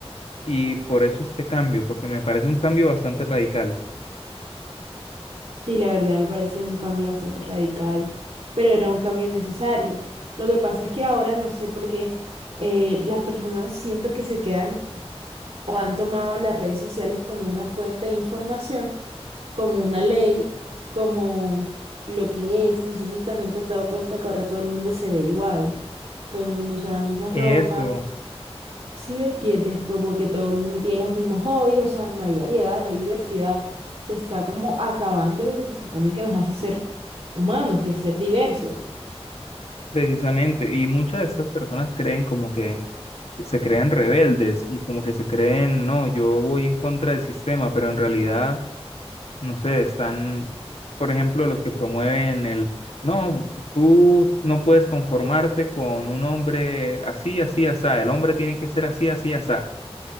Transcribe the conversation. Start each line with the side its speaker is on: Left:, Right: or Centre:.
Left: y por eso este cambio, porque me parece un cambio bastante radical.
Right: sí, la verdad me parece un cambio bastante radical, pero era un cambio necesario. Lo que pasa es que ahora no sé por qué eh, las personas siento que se quedan o han tomado las redes sociales como una fuente de información como una ley, como lo que es. No sé si también te has dado cuenta que ahora todo el mundo se ve igual, todo el mundo usa la misma ropa.
Left: Eso,
Right: Si me entiendes, como que todo el mundo tiene los mismos hobbies, o sea, no hay variedad, no hay diversidad. Se está como acabando lo que se supone que nos hace ser humanos, que es ser diversos.
Left: precisamente, y muchas de estas personas creen como que se creen rebeldes y como que se creen, no, yo voy en contra del sistema, pero en realidad no sé, están, por ejemplo, los que promueven el, no, tú no puedes conformarte con un hombre así, así, asá, el hombre tiene que ser así, así, asá,